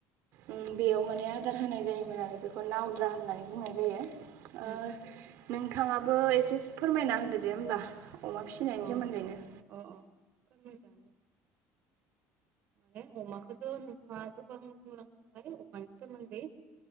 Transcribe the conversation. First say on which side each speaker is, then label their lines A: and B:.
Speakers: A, on the right; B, on the right.
A: उम बेयाव माने आदार होनाय जायोमोन आरो बेखौ नावद्रा होननानै बुंनाय जायो ओ
B: उम उम
A: नोंथाङाबो एसे फोरमायना होनदो दे होमबा अमा फिनायनि
B: अ
A: सोमोन्दैनो
B: अ अ फोरमाय जागोन दे माने अमाखौथ' नोंथाङा गोबां बुंलांखांबाय अमानि सोमोन्दै